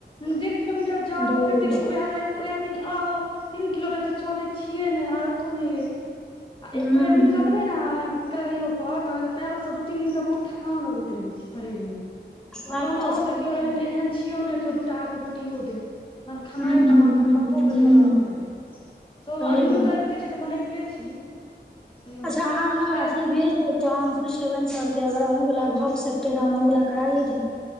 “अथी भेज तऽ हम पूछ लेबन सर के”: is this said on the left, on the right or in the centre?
Centre